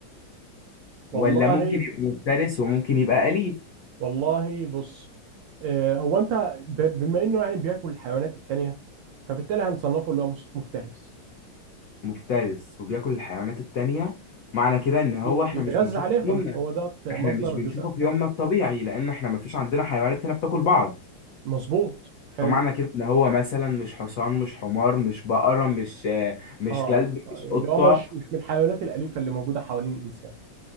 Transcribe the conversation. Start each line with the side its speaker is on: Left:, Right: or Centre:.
Right: والله
Left: ولا ممكن يبقى مفترس وممكن يبقى أليف
Right: والله بص آه، هو انت ب- بما انه يعني بياكل الحيوانات التانية فبالتالي هنصنفه اللي هو مس- مفترس
Left: مفترس وبياكل الحيوانات التانية معنى كده ان هو
Right: بي-
Left: احنا
Right: بيتغذى
Left: مش بنشوفه
Right: عليهم
Left: في يومنا
Right: هو ده مصدر
Left: احنا مش بنشوفه
Right: الغذاء بتاعه
Left: في يومنا الطبيعي لان احنا مفيش عندنا حيوانات هنا بتاكل بعض
Right: مظبوط حلو
Left: فمعنى كده ان هو مثلا مش حصان مش حمار مش بقرة مش آه، مش
Right: اه
Left: كلب
Right: آه، آه،
Left: مش
Right: يعني
Left: قطة
Right: اللي هو مش مش من الحيوانات الأليفة اللي موجودة حوالين الإنسان